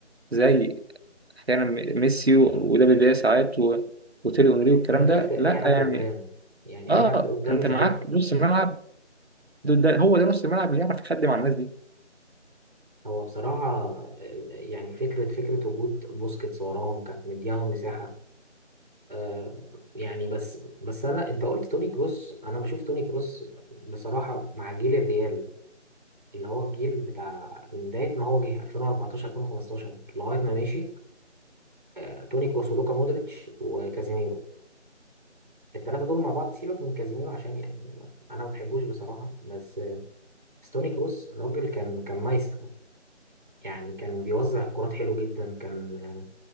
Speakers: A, on the right; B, on the right.
A: زي احيانا م- ميسي و- ودافيد فيا ساعات و- وتيري اونري
B: مش
A: والكلام
B: مش هتفرق
A: ده لا
B: اي حد
A: يعني
B: قدام يعني
A: اه
B: اي حد قدام
A: انت
B: مش
A: معاك
B: هتفرق
A: نص ملعب ده ده- هو ده نص الملعب اللي يعرف يخدم على الناس دي
B: هو بصراحه آه، يعني فكره فكره وجود بوسكيتس وراهم كانت مدياهم مساحه آه يعني بس بس انا انت قلت توني كروس انا بشوف توني كروس بصراحه مع جيل الريال اللي هو الجيل بتاع من بداية ما هو جه 2014 2015 لغاية ما مشي آه، توني كروس ولوكا مودريتش وكازيميرو الثلاثة دول مع بعض سيبك من كازيميرو عشان يعني أنا ما بحبوش بصراحة بس آه، بس توني كروس الراجل كان كان مايسترو يعني كان بيوزع الكرات حلو جدا كان آه،